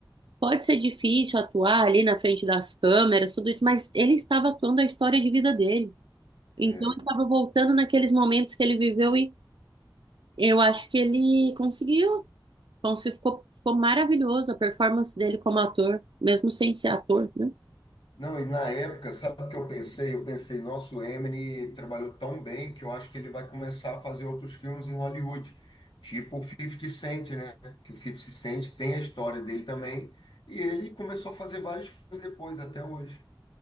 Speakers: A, on the right; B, on the left.
A: pode ser difícil atuar ali na frente das câmeras, tudo isso, mas ele estava atuando a história de vida dele. Então
B: É.
A: ele estava voltando naqueles momentos que ele viveu e eu acho que ele conseguiu. Ponce ficou, ficou maravilhoso a performance dele como ator, mesmo sem ser ator, né?
B: Não, e na época, sabe o que eu pensei? Eu pensei, nosso Eminem trabalhou tão bem que eu acho que ele vai começar a fazer outros filmes em Hollywood, tipo o Fifty Cent, né? Que o Fifty Cent tem a história dele também, e ele começou a fazer vários filmes depois, até hoje.